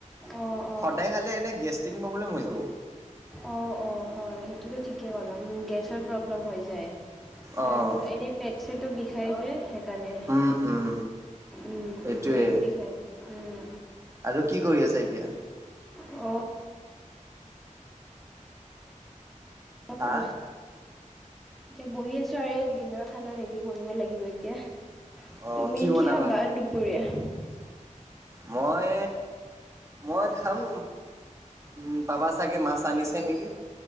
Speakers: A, in the centre; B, on the right.
A: অঁ অঁ
B: সদায় খালে এনে গেষ্টিং প্ৰব্লেম হৈ যাব।
A: অ', অ', হয়, সেইটোতো ঠিকেই ক'লা উম, গেছৰ প্ৰব্লেম হৈ যায়।
B: অঁ
A: আৰু এনেই পেট চেটো বিষাই যে। সেইকাৰণে
B: উম উম
A: উম,
B: এইটোৱে
A: পেট বিষাই উম।
B: আৰু কি কৰি আছা এতিয়া?
A: অ'। <inaudible>
B: হা
A: এতিয়া বহি আছোঁ আৰু দিনৰ খানা ৰেডি কৰিব লাগিব এতিয়া।
B: অঁ
A: তুমি
B: বনাবা?
A: কি খাবা দুপৰীয়া?
B: মই, মই খাম উম, পাবা চাগে মাছ আনিছে নেকি?